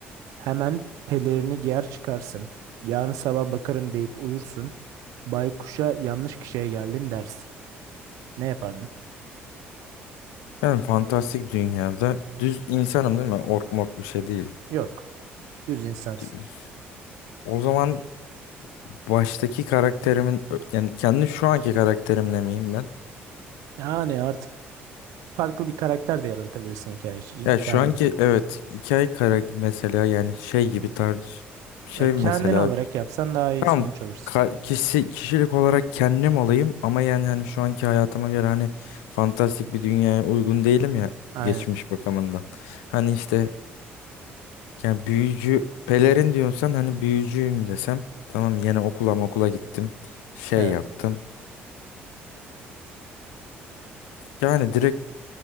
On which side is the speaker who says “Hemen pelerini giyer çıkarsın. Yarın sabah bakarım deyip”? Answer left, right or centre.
Right